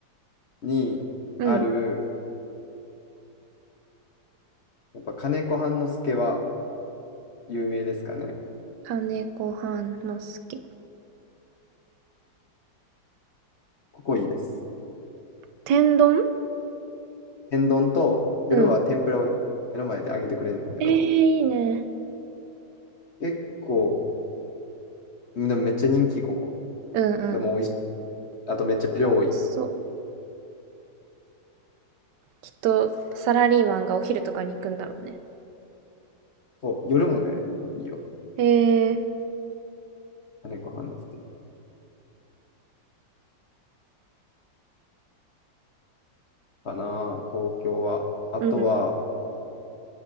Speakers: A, on the left; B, on the right.
A: にある、
B: うん。
A: やっぱ金子半之助は有名ですかね。
B: 金子半之助。
A: ここいいです。
B: 天丼
A: 天丼と、夜は天ぷらを目の前で揚げてくれんねんけど、
B: うん。ええーいいね。
A: 結構、でもめっちゃ人気、ここ。
B: うんうん。
A: でも美味しい。あとめっちゃ量多い。
B: まあそう。きっと、サラリーマンがお昼とかに行くんだろうね。
A: そう、夜もね、いいよ。
B: ええ
A: 金子半之助。かな、東京は。あとは、
B: うん。